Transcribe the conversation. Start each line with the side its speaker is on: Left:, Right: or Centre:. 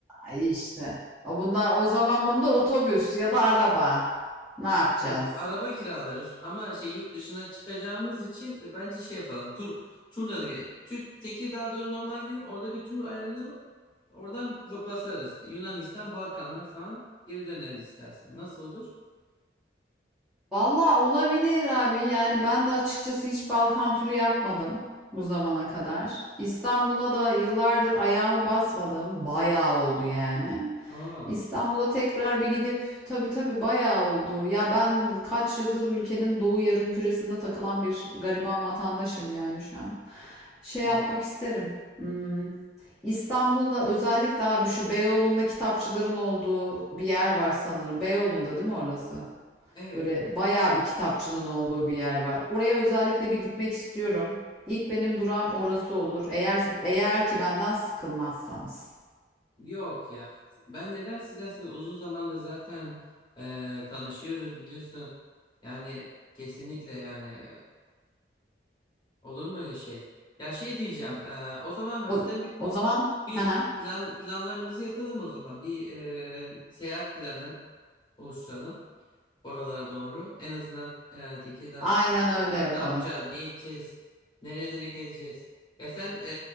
Centre: Ay işte. O bunlar o zaman bunda otobüs ya da araba. Ne yapacağız?
Left: E, bu, araba kiralarız ama şey yurt dışına çıkacağımız için de bence şey yapalım. Tur turla da gidelim. Türk Tekirdağ'a doğru normal gidelim. Orada bir tur ayarlayalım. Oradan ba- basarız. Yunanistan, Balkanlar falan geri döneriz istersen. Nasıl olur?
Centre: Valla olabilir abi. Yani ben de açıkçası hiç Balkan turu yapmadım bu zamana kadar. İstanbul'a da yıllardır ayağımı basmadım. Bayağı oldu yani.
Left: Aa,
Centre: İstanbul'a tekrar bir gidip tabii tabii bayağı oldu. Ya ben kaç yıldır ülkenin doğu yarımküresinde takılan bir gariban vatandaşım yani şu an. Şey yapmak
Left: evet.
Centre: isterim. Hmm, İstanbul'da özellikle abi şu Beyoğlu'nda kitapçıların olduğu bir yer var sanırım. Beyoğlu'nda değil mi orası?
Left: Evet
Centre: Böyle
Left: evet.
Centre: bayağı bir kitapçının olduğu bir yer var. Oraya özellikle bir gitmek istiyorum. İlk benim durağım orası olur. Eğer eğer ki benden sıkılmazsanız.
Left: Yok ya. Ben neden sizden uzun zamandır zaten e, tanışıyoruz biliyorsun. Yani kesinlikle yani e, olur mu öyle şey? Ya şey diyeceğim. e, o zaman hafiften
Centre: O,
Left: bir
Centre: o zaman <laughs>
Left: Bir
Centre: hı hı.
Left: plan planlarımızı yapalım o zaman. Bir e, seyahat planı oluşturalım oralara doğru. En azından e, Tekirdağ'dan
Centre: aynen öyle yapalım.
Left: ne yapacağız, ne edeceğiz, nereleri gezeceğiz. Ya sen e,